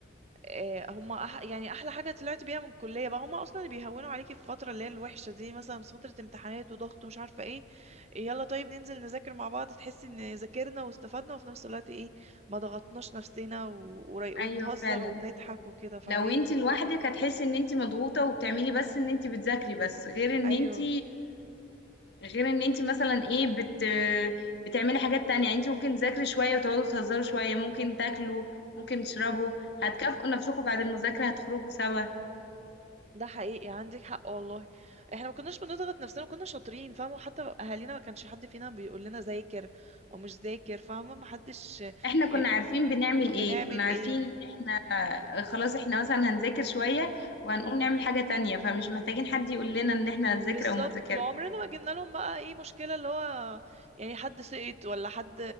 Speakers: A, on the right (about 35°); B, on the left (about 55°).
A: آه، هما أح يعني احلى حاجه طلعت بيها من الكليه بقى هما اصلا اللي بيهونوا عليكي في الفتره اللي هي الوحشه دي مثلا في فتره امتحانات وضغط ومش عارفه ايه يلا طيب ننزل نذاكر مع بعض تحسي ان ذاكرنا واستفدنا وفي نفس الوقت ايه ما ضغطناش نفسنا و... وري- وبنهزر
B: ايوه فعلا
A: وبنضحك وكده فاهماني
B: لو انت لوحدك هتحسي ان انت مضغوطة وبتعملي بس ان انت بتذاكري بس غير ان
A: ايوه
B: انت غير ان انت مثلا ايه بت بتعملي حاجات تانية يعني انت ممكن تذاكري شوية وتقعدوا تهزروا شوية ممكن تاكلوا ممكن تشربوا هتكافئوا نفسكم بعد المذاكرة هتخرجوا سوا
A: ده حقيقي عندك حق والله احنا ما كناش بنضغط نفسنا كنا شاطرين فاهمه وحتى اهالينا ما كانش حد فينا بيقول لنا ذاكر او مش ذاكر فاهمه ما حدش
B: احنا
A: يعني
B: كنا عارفين بنعمل
A: بنعمل
B: ايه كنا عارفين
A: ايه
B: ان احنا آه، خلاص احنا مثلا هنذاكر شوية وهنقوم نعمل حاجة تانية فمش محتاجين حد يقول لنا ان احنا هنذاكر
A: بالظبط
B: او ما نذاكرش
A: وعمرنا ما جبنا لهم بقى ايه مشكله اللي هو يعني حد سقط ولا حد